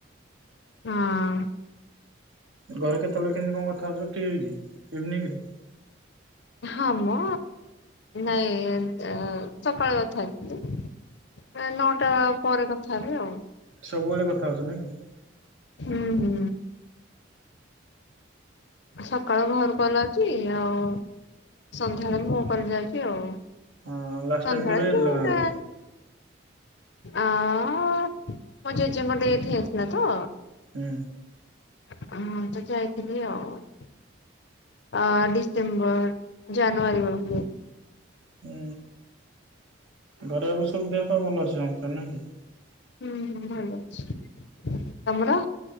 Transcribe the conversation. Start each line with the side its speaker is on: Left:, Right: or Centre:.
Left: ହଁ।
Right: ଘରେ କେତେବେଳେ କେମିତି କ ଥାଉ ସୁଖୀ ହେଇଚି। ଇଭିନିଂରେ।
Left: ହଁ ମ। ନାଇଁ ଅ ସକାଳ କଥା ହେଇଥିଲି। ନା ନଅଟା ପରେ କଥା ହେବି ଆଉ।
Right: ସବୁବେଳେ କଥା ହଉଛ ନାଇ କି?
Left: ହୁଁ ହୁଁ। ସକାଳୁ ଘର କଲ୍ ଆଉଚି ଆଉ। ସନ୍ଧ୍ୟାବେଳେ ମୋ କଲ୍ ଯାଉଛି ଆଉ। ସନ୍ଧ୍ୟାବେଳେ
Right: ହଁ ଲାଷ୍ଟ ଟାଇମ କେବେ ଯାଇଥିଲ
Left: ବି ମୁଁ
Right: ଗାଁକୁ
Left: ଯାଏ। ଆ--ଅ। ମୋ ଜେଜେଙ୍କ ଡେଥ ହେଇଥିଲା ତ।
Right: ହୁଁ।
Left: ହୁଁ ତ ଯାଇଥିଲି ଆଉ। ଅ ଡିସେମ୍ବର। ଜାନୁଆରୀ ବେଳକୁ।
Right: ହୁଁ। ଘରେ ଏବେ ସବୁ ଦେହ ପା ଭଲ ଅଛି ସମସ୍ତକର ନା କି।
Left: ହୁଁ ହୁଁ ଭଲ ଅଛି। ତମର?